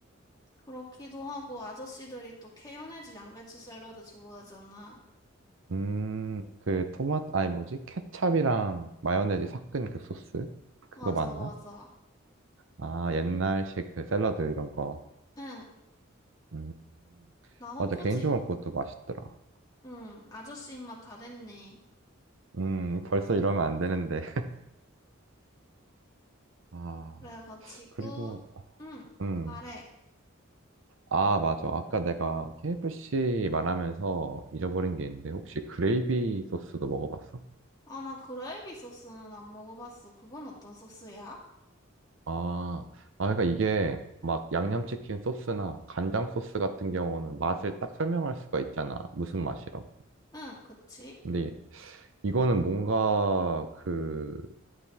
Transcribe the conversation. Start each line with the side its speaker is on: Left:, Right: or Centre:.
Left: 그렇기도 하고, 아저씨들이 또 케요네즈 양배추 샐러드 좋아하잖아.
Right: 음, 그 토마토, 아니 뭐지? 케찹이랑 마요네즈 섞은 그 소스? 그거
Left: 맞아,
Right: 맞나?
Left: 맞아.
Right: 아, 옛날식 그 샐러드 이런 거.
Left: 응,
Right: 음,
Left: 나 호프집,
Right: 맞아. 개인적으로 그것도 맛있더라.
Left: 응, 아저씨 입맛 다 됐네.
Right: 음, 벌써 이러면 안 되는데. <laughs> 아,
Left: 그래가지고,
Right: 그리고,
Left: 응,
Right: 음.
Left: 말해
Right: 아, 맞아. 아까 내가 KFC 말하면서 잊어버린 게 있는데, 혹시 그레이비 소스도 먹어봤어?
Left: 아, 나 그레이비 소스는 안 먹어봤어. 그건 어떤 소스야?
Right: 아, 아, 그러니까 이게 막 양념치킨 소스나 간장 소스 같은 경우는 맛을 딱 설명할 수가 있잖아. 무슨 맛이라고.
Left: 응, 그치?
Right: 근데 이거는 뭔가 그